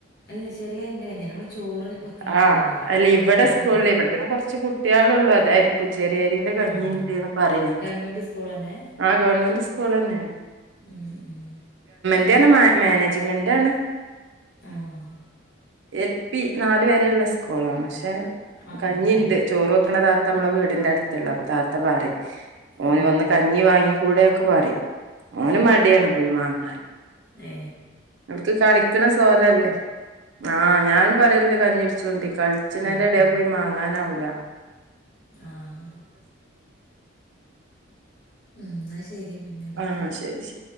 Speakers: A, on the left; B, on the right.
A: അല്ല ചെറിയരിന്റെ കഞ്യല്ല നമ്മള് ചോറ് വെക്കണ കഞ്ഞിണ്ടല്ലോ
B: ആ അല്ല ഇവിടെ
A: അതന്നെ
B: സ്കൂൾലേ ഇവിടെ പിന്നെ കൊർച്ച് കുട്ട്യാളെള്ളൂ അതായിരിക്കും രേരിന്റെ കഞ്ഞിണ്ട്ന്ന്
A: ആഹ്
B: പറിണേക്കാ
A: ഗവൺമെന്റ് സ്കൂളന്നെ
B: ആ ഗവൺമെന്റ്സ് സ്‌കൂളെന്നേണ്
A: ഉം
B: <unintelligible> മാനേജ്മെന്റണ്
A: ആഹ്
B: എൽ പി നാല് വരെയുള്ള സ്കൂളാണ് ക്ഷെ
A: ആഹ്
B: കഞ്ഞിണ്ട്
A: ആഹ് ആഹ്
B: ചോറ് വെക്കണത നമ്മള വീടിന്റെ അട് <unintelligible> താത്ത പാറിം ഓന്
A: ഉം
B: വന്ന് കഞ്ഞി വാങ്ങി കൂടെയൊക്കെ പറിം ഓന് മടിയാണ് പോയി വാങ്ങാൻ
A: ഏ
B: അവർക്ക് കളിക്കണ സോല <unintelligible> ല്ലേ ആഹ് ഞാൻ പറയുന്നുണ്ട് കഞ്ഞി കുടി - ണ്ട് കളിച്ചിണെന്റെ
A: ഉം
B: എടേയ്
A: ഉം
B: പോയി വാങ്ങാനാവും ല്ല
A: ആഹ് എന്നാ ശരി പിന്നെ വിളിക്കന്ന
B: ആഹ് ശരി ശരി